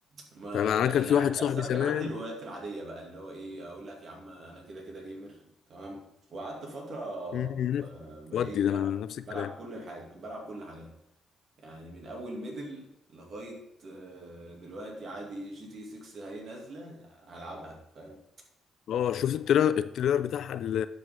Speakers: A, on the right; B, on the left.
A: ما
B: فأنا
A: يعني
B: أنا كان في
A: عادي
B: واحد صاحبي
A: اصل انا
B: زمان
A: كان عندي الهوايات العاديه بقى اللي هو ايه اقول لك يا عم انا كده كده جيمر تمام وقعدت فتره
B: مم.
A: ب- بقى
B: ودي
A: ايه
B: ده
A: بلعب
B: أنا نفس
A: بلعب
B: الكلام
A: كل حاجه بلعب كل حاجات يعني من اول ميدل لغايه آه، دلوقتي عادي جي تي 6 هي نازله هلعبها فاهم
B: أه شفت التريلر التريلر بتاعها اللي